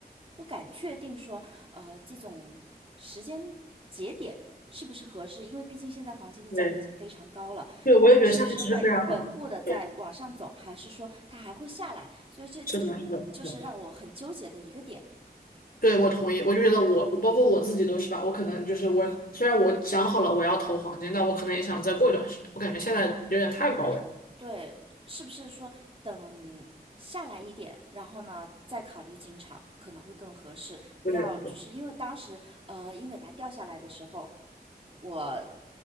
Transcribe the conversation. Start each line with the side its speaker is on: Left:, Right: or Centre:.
Right: 不敢确定说，呃，这种时间节点是不是合适，因为毕竟现在黄金的价格已经非常高了，
Left: 对，对，
Right: 那它是不是会稳固的在往上走，
Left: 我也觉得现在值是非常高。对，
Right: 还是说它还会下来？所以这这就就是让我很纠结的一个点。
Left: 是的，是的，是的。对，我同意。我就觉得我，我包括我自己都是吧。我可能就是我，虽然我想好了我要投黄金，但我可能也想再过一段时间。我感觉现在有点太高位了。
Right: 现在对，是不是说等下来一点，然后呢再考虑进场可能会更合适？
Left: 对对。
Right: 不要就是因为当时呃英伟达掉下来的时候，我